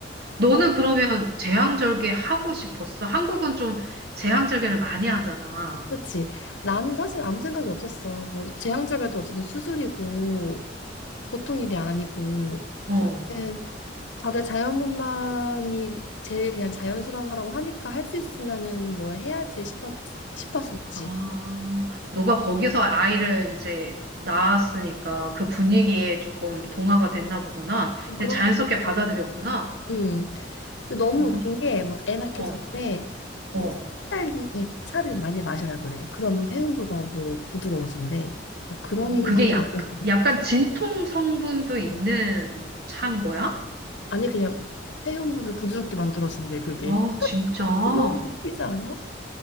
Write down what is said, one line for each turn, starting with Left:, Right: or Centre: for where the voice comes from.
Right: 너는
Left: <laughs>
Right: 그러면 제왕절개 하고 싶었어? 한국은 좀 제왕절개를 많이 하잖아.
Left: 그치? 나는 사실 아무 생각이 없었어. 뭐 재앙절개도 어쨌든 수술이고 보통 일이 아니고.
Right: 어.
Left: 그래서 나는 다들 자연분만이 제일 그냥 자연스러운 거라고 하니까 할 수 있으면은 뭐 해야지
Right: 어.
Left: 싶었, 싶었었지.
Right: 아, 너가 거기서 아이를 이제 낳았으니까 그 분위기에 조금 동화가 됐나 보구나.
Left: 좀
Right: 그냥
Left: 그런
Right: 자연스럽게
Left: 것도 있던
Right: 받아들였구나.
Left: 것 같아. 음. 근데 너무
Right: 음.
Left: 웃긴 게 뭐 애 낳기
Right: 어,
Left: 전에
Right: 어.
Left: 뭐 산딸기 잎차를 많이 마시라 그래. 그러면 회음부가 뭐 부드러워진대. 나 그런
Right: 어, 그게
Left: 건
Right: 약,
Left: 아니고.
Right: 약간 진통 성분도 있는 차인 거야?
Left: 아니 그냥 회음부를 부드럽게 만들어준대 그게.
Right: 어, 진짜.
Left: 너무 웃기지
Right: 어,
Left: 않아?